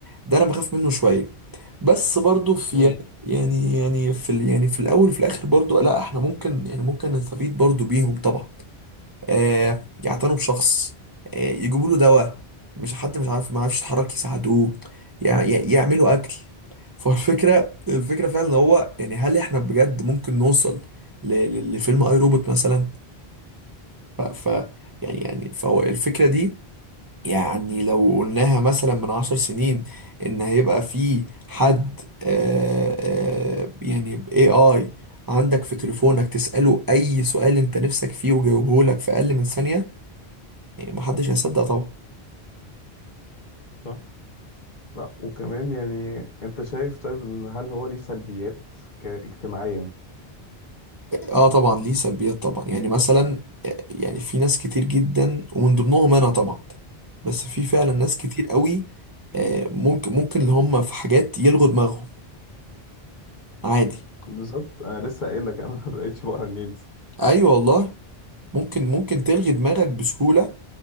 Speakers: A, on the right; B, on the left.
A: ده انا بخاف منه شويه بس برضو في
B: امم
A: يعني يعني في ال... يعني في الاول وفي الاخر برضو لا احنا ممكن يعني ممكن نستفيد برضو بيهم طبعا آه، يعتنوا بشخص آه، يجيبوا له دواء مش حد مش عارف ما عارفش يتحرك يساعدوه يع- يع- يعملوا اكل <laughs> فالفكره الفكره فعلا ان هو يعني هل احنا بجد ممكن نوصل ل- ل- لفيلم اي روبوت مثلا ف, ف يعني يعني فهو الفكره دي يعني لو قلناها مثلا من عشر سنين ان هيبقى في حد آه، آه، يعني اي اي عندك في تليفونك تسأله اي سؤال انت نفسك فيه وجاوبه لك في اقل من ثانية يعني محدش هيصدق طبعا
B: صح لا وكمان يعني انت شايف طيب ان هل هو ليه سلبيات ك- اجتماعيا
A: اه طبعا ليه سلبيات طبعا يعني مثلا يعني في ناس كتير جدا ومن ضمنهم انا طبعا بس في فعلا ناس كتير قوي آه، ممكن ممكن اللي هم في حاجات يلغوا دماغهم عادي
B: بالظبط انا لسه قايل لك انا ما بقتش بقرا الميلز
A: ايوه والله ممكن ممكن تلغي دماغك بسهولة